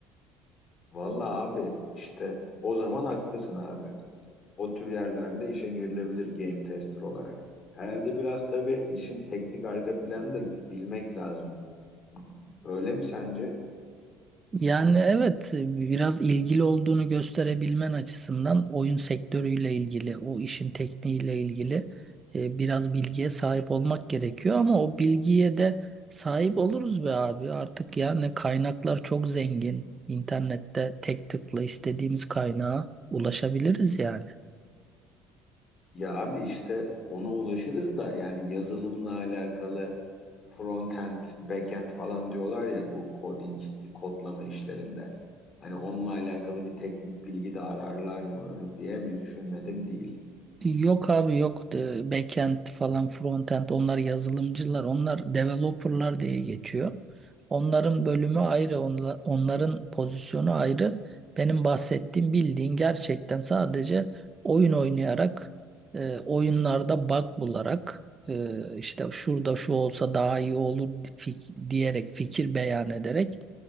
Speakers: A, on the left; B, on the right.
A: Vallahi abi işte o zaman haklısın abi. O tür yerlerde işe girilebilir game tester olarak. Herhalde biraz tabii işin teknik arka planı da bilmek lazım. Öyle mi sence?
B: Yani evet biraz ilgili olduğunu gösterebilmen açısından oyun sektörüyle ilgili, o işin tekniğiyle ilgili e, biraz bilgiye sahip olmak gerekiyor ama o bilgiye de sahip oluruz be abi. Artık yani kaynaklar çok zengin. İnternette tek tıkla istediğimiz kaynağa ulaşabiliriz yani.
A: Ya abi işte ona ulaşırız da yani yazılımla alakalı frontend, backend falan diyorlar ya bu coding, kodlama işlerinde. Hani onunla alakalı bir teknik bilgi de ararlar mı diye bir düşünmedim değil.
B: Yok abi yok Ee, backend falan frontend onlar yazılımcılar onlar developerlar diye geçiyor. Onların bölümü ayrı onla- onların pozisyonu ayrı. Benim bahsettiğim bildiğin gerçekten sadece oyun oynayarak e, oyunlarda bug bularak e, işte şurada şu olsa daha iyi olur fik- diyerek fikir beyan ederek